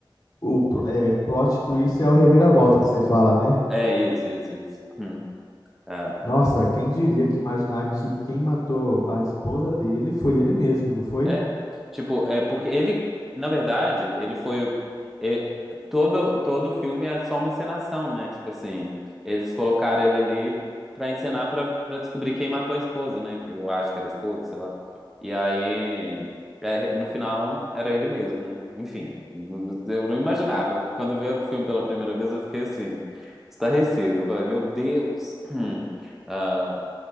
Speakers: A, on the left (about 40°); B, in the centre.
A: o pl- é, plot twist é o reviravolta que você fala, né?
B: É isso, isso, isso. Hum. é.
A: Nossa, quem diria que imaginar que quem matou a esposa dele foi ele mesmo, não foi?
B: É, tipo, é porque ele, na verdade, ele foi é, todo todo o filme é só uma encenação, né? Tipo assim, eles colocaram ele ali pra encenar pra para descobrir quem matou a esposa, né? Que Eu acho que era a esposa, sei lá. E aí, é, no final era ele mesmo, né? Enfim, eu não imaginava. Quando eu vi o filme pela primeira vez, eu fiquei assim, estarrecido. Eu falei, meu Deus. <clears throat> Ah,